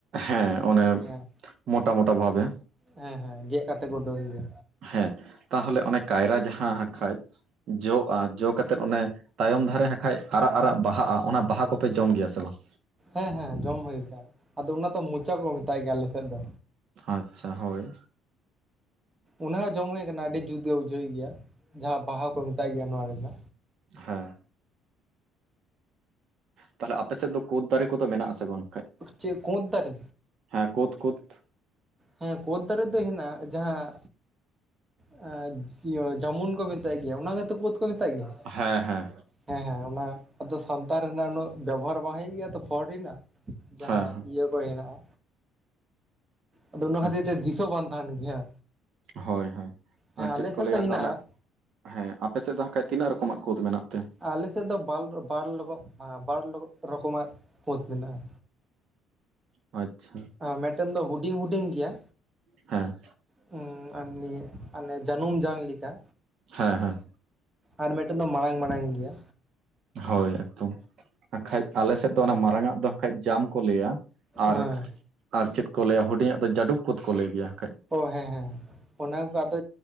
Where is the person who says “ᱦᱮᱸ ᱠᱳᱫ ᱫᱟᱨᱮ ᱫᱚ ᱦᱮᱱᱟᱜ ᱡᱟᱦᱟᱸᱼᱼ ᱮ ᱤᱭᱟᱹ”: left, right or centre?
Right